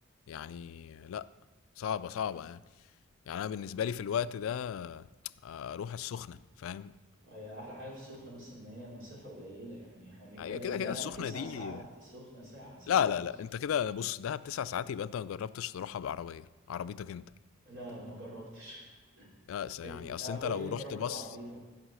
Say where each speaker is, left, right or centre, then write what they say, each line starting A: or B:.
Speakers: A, on the left; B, on the right.
A: يعني لأ، صعبة، صعبة يعني. يعني أنا بالنسبة لي في الوقت ده آه، أروح السخنة، فاهم؟
B: هي أحلى حاجة في السخنة بس إن هي مسافة قليلة يعني احنا بنتكلم
A: هي كده،
B: دهب
A: كده السخنة
B: تسع
A: دي
B: ساعات السخنة ساعة ساعة
A: لا،
B: ونص
A: لا، لأ، أنت كده بُص، دهب 9 ساعات يبقى أنت ما جرّبتش تروحها بعربية، عربيتك أنت.
B: لا ما جربتش
A: لأ،
B: <laughs>
A: س يعني
B: إت-
A: أصل
B: اوعى
A: أنت
B: تقولي
A: لو
B: إن أنت
A: رُحت
B: رحت
A: bus
B: بعربيتك